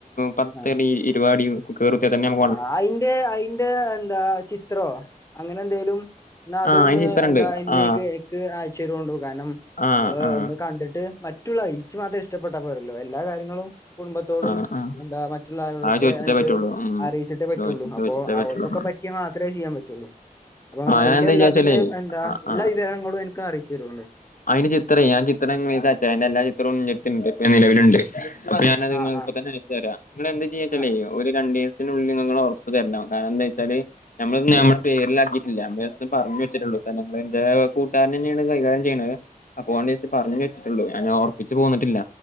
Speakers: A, on the left; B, on the left.
A: പത്തടി
B: ആ
A: ഇരുപാതടി കേറു <inaudible>
B: ആ അയിന്റെ അയിന്റെ എന്താ ചിത്രോ അങ്ങനെ എന്തേലും എന്നാ അതൊന്ന്
A: ആ അയിന് ചിത്രണ്ട്.
B: എന്താ എന്നിലേക്ക്
A: ആ
B: എക്ക് അയ്ച്ച തരുണ്ടോ കാരണം
A: ആ
B: നമ്മള്
A: ആ
B: ഒന്ന് കണ്ടിട്ട് മറ്റുള്ള ഈച്ച് മാത്രം ഇഷ്ടപ്പെട്ട പോരല്ലോ എല്ലാ കാര്യങ്ങളും കുടുംബത്തോടും
A: ആ ആ
B: എന്താ മറ്റുള്ള ആളുകളൊടക്കെ
A: അത് ചോദിച്ചിട്ടേ
B: എനക്ക്
A: പറ്റുള്ളൂ. ഉം.
B: അറിയിച്ചിട്ടേ പറ്റുള്ളൂ അപ്പൊ
A: ചോദിച്ചിട്ടേ പറ്റുള്ളൂ.
B: അവർക്കൊക്ക പറ്റിയാൽ മാത്രെ ചെയ്യാൻ പറ്റുള്ളൂ അപ്പൊ
A: ആ
B: അയിന്റെ
A: ഞാൻ എന്താ
B: എല്ലാത്തിന്റേം
A: വിചാരിച്ചാലേ
B: എന്താ
A: ആ
B: എല്ലാ
A: ആ
B: വിവരങ്ങളും എനിക്ക് അറിച്ച് <inaudible>
A: അയിന് ചിത്ര ഞാൻ ചിത്രം <inaudible> <inaudible> നിലവിലുണ്ട് ഞാനത് നിങ്ങ
B: ആഹ്
A: ഇപ്പ തന്നെ അയച്ച് തരാം നിങ്ങ എന്ത് ചെയ്യച്ചല്ലേ
B: ആഹ്
A: ഒരു രണ്ട് ദിസത്തിനുള്ളില് നിങ്ങള് ഒറപ്പു തരണം കാരണന്താ വെച്ചാല് നമ്മള് നമ്മ പേരിലാക്കിട്ടില്ല ജസ്റ്റ്‌ പറഞ്ഞ് വെച്ചിട്ടോള്ളു അത കൂട്ടുകാരൻ തന്നെയാണ് കൈകാര്യം ചെയ്യണത് അപ്പോ ഓൻച്ച് പറഞ്ഞട്ടുള്ളൂ ഞാൻ ഓർപ്പിച്ച് പോന്നിട്ടില്ല